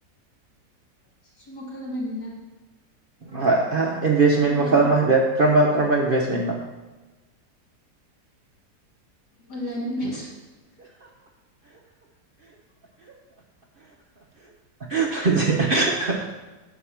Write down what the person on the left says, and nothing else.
ꯁꯤꯁꯨ ꯃꯈꯜ ꯑꯃꯅꯤꯅ
ꯑꯣꯟꯂꯥꯏꯟ
ꯑꯣꯟꯂꯥꯏꯟ <unintelligible>